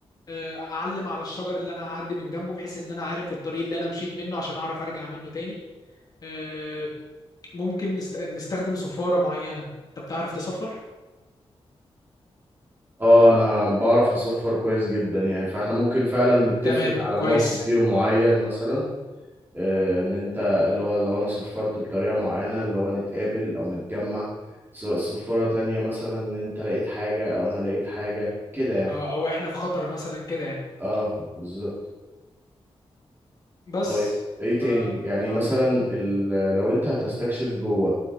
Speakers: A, on the left; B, on the right.
A: آه، اعلم على الشجر اللي انا هعدي من جنبه بحيث ان انا عارف الطريق اللي انا مشيت منه عشان اعرف ارجع منه تاني آه، ممكن نست... نستخدم صفاره معينه انت بتعرف تصفر
B: اه انا بعرف اصفر كويس جدا يعني فاحنا ممكن فعلا نتفق
A: تمام
B: على
A: كويس
B: نوع صفير معين مثلا آه، ان انت اللي هو لو انا صفرت بطريقة معينة اللي هو نتقابل او نتجمع سواء صفارة تانية مثلا ان انت لقيت حاجة او انا لقيت حاجة كده يعني
A: آه، او احنا في خطر مثلا كده يعني
B: اه بالظبط
A: بس
B: طيب ايه
A: ف
B: تاني يعني مثلا
A: اه
B: ال- لو انت هتستكشف جوه